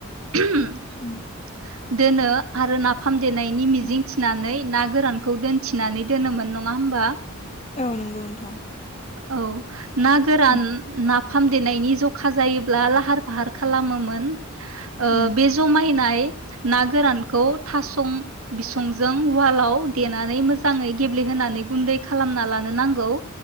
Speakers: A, on the right; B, on the left.
A: <unintelligible>
B: उम
A: दोनो आरो नाफाम देनायनि मिजिं
B: उम
A: थिनानै ना गोरानखौ दोनथिनानै दोनोमोन नङा होमबा?
B: औ नंगौ नोंथां।
A: औ ना फोरान
B: उम
A: ना फाम देनायनि जखा जायोब्ला लाहार फाहार खालामोमोन। ओ
B: उम
A: बे जमायनाय ना गोरानखौ थासं बिसंजों ववालाव देनानै मोजाङै गेब्लेहोनानै गुन्दै खालामना लानो नांगौ।